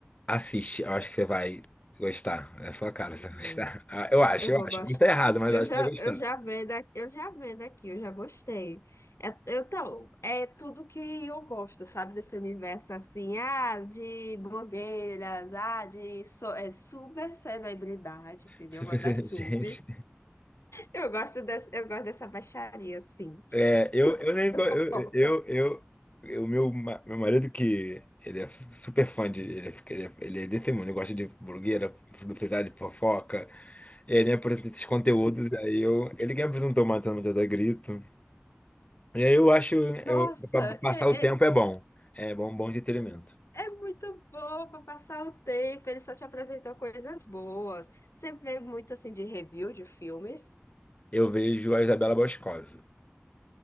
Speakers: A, on the left; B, on the left.
A: Assiste, eu acho que você vai gostar. É a sua cara,
B: Uhum.
A: você vai gostar. Ah, eu acho,
B: Eu
A: eu
B: vou
A: acho.
B: gostar.
A: Pode estar errado, mas
B: Eu
A: eu acho
B: já,
A: que você vai gostar.
B: eu já vendo aqui, eu já vendo aqui, eu já gostei. É, eu, então, é tudo que eu gosto, sabe, desse universo assim, ah, de blogueiras, ah, de so, é, super celebridade,
A: <laughs>
B: entendeu?
A: Você
B: Eu gosto
A: pensa,
B: das subs.
A: gente.
B: Eu gosto dessa, eu gosto dessa baixaria, assim,
A: É, eu, eu
B: <laughs>
A: nem go-
B: dessa
A: eu,
B: fofoca.
A: eu, eu, eu- o meu, ma- meu marido que ele é super fã de, ele é, ele é, ele é desse mundo, ele gosta de blogueira, celebridade, fofoca, e ele me apresenta esses conteúdos, aí eu, ele que me apresentou Matando Matheus a Grito, e aí eu acho,
B: Nossa,
A: eu, pra passar
B: é,
A: o tempo
B: é,
A: é bom, é bom, bom entretenimento.
B: é muito bom para passar o tempo. Ele só te apresentou coisas boas. Você vê muito assim de review de filmes.
A: Eu vejo a Isabela Boscov,